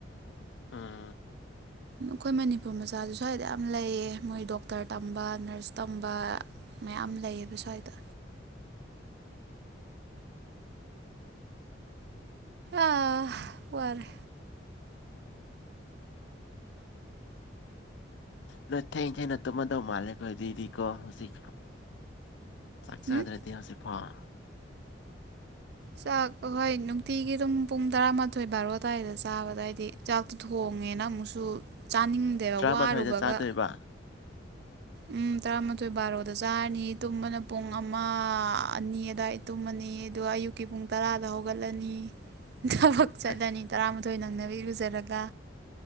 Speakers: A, on the left; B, on the right.
A: ꯑꯝ
B: ꯑꯩꯈꯣꯏ ꯃꯅꯤꯄꯨꯔ ꯃꯆꯥꯁꯨ ꯁ꯭ꯋꯥꯏꯗ ꯌꯥꯝ ꯂꯩꯌꯦ ꯃꯣꯏ ꯗꯣꯛꯇꯔ ꯇꯝꯕ ꯅꯔꯁ ꯇꯝꯕ ꯃꯌꯥꯝ ꯂꯩꯌꯦꯕ ꯁ꯭ꯋꯥꯏꯗ ꯑ ꯋꯥꯔꯦ
A: ꯅꯪ ꯊꯦꯡ ꯊꯦꯡꯅ ꯇꯨꯝꯃꯝꯗꯣ ꯃꯥꯂꯦꯀꯣ ꯍꯧꯖꯤꯛ ꯆꯥꯛ ꯆꯥꯗ꯭ꯔꯗꯤ
B: ꯎꯝ
A: ꯍꯧꯖꯤꯛ ꯐꯥꯎ
B: ꯆꯥꯛ ꯑꯍꯣꯏ ꯅꯨꯡꯇꯤꯒꯤ ꯑꯗꯨꯝ ꯄꯨꯡ ꯇꯔꯥꯃꯥꯊꯣꯏ ꯕꯥꯔꯣ ꯑꯗꯨꯋꯥꯏꯗ ꯆꯥꯕꯗ ꯍꯥꯏꯗꯤ ꯆꯥꯛꯇꯣ ꯊꯣꯡꯉꯦꯅ ꯑꯃꯨꯛꯁꯨ ꯆꯥꯅꯤꯡꯗꯦꯕ
A: ꯇꯔꯥꯃꯥꯊꯣꯏꯗ
B: ꯋꯥꯔꯨꯕꯒ
A: ꯆꯥꯗꯣꯏꯕ
B: ꯎꯝ ꯇꯔꯥꯃꯥꯊꯣꯏ ꯕꯥꯔꯣꯗ ꯆꯥꯔꯅꯤ ꯇꯨꯝꯕꯅ ꯄꯨꯡ ꯑꯃ ꯑꯅꯤ ꯑꯗꯨꯋꯥꯏꯗ ꯇꯨꯝꯃꯅꯤ ꯑꯗꯨꯒ ꯑꯌꯨꯛꯀꯤ ꯄꯨꯡ ꯇꯔꯥꯗ ꯍꯧꯒꯠꯂꯅꯤ ꯊꯕꯛ ꯆꯠꯂꯅꯤ
A: ꯑꯁ
B: ꯇꯔꯥ ꯑꯗꯨ ꯅꯪꯅꯕꯤ ꯏꯂꯨꯖꯔꯒ